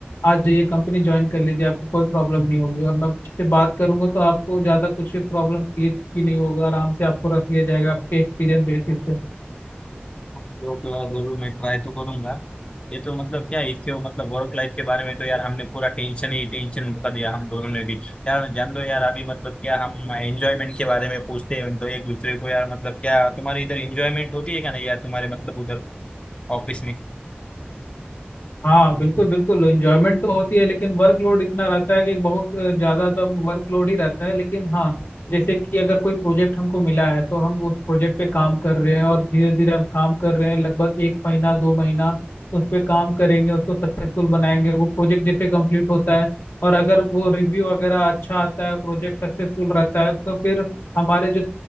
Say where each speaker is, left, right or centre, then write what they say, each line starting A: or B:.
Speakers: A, on the left (about 75°); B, on the left (about 30°).
A: आ जाइए कंपनी ज्वाइन कर लीजिए आपको कोई प्रॉब्लम नहीं होगी और मैं से बात करूंगा तो आपको ज़्यादा कुछ प्रॉब्लम क्रिएट की नहीं होगा आराम से आपको रख लिया जाएगा आपके एक्सपीरियंस बेसिस पे
B: ओके और जरूर मैं ट्राई तो करूंगा ये तो मतलब क्या है, इसके मतलब वर्क लाइफ के बारे में तो यार हमने पूरा टेंशन ही टेंशन बता दिया हम दोनों ने भी यार जान दो यार अभी मतलब क्या हम एंजॉयमेंट के बारे में पूछते हैं तो एक दूसरे को यार मतलब क्या तुम्हारे इधर एंजॉयमेंट होती है क्या नहीं यार तुम्हारे मतलब उधर ऑफिस में
A: हाँ बिल्कुल बिल्कुल एंजॉयमेंट तो होती है लेकिन वर्कलोड इतना रहता है कि बहुत अ, ज्यादा दम वर्कलोड ही रहता है लेकिन हाँ जैसे कि अगर कोई प्रोजेक्ट हमको मिला है तो हम उस प्रोजेक्ट पे काम कर रहे हैं और धीरे धीरे हम काम कर रहे हैं लगभग एक महीना दो महीना उस पे काम करेंगे उसको सक्सेसफुल बनाएंगे वो प्रोजेक्ट जैसे कंप्लीट होता है और अगर वो रिव्यू वगैरह अच्छा आता है प्रोजेक्ट सक्सेसफुल रहता है तो फिर हमारे जो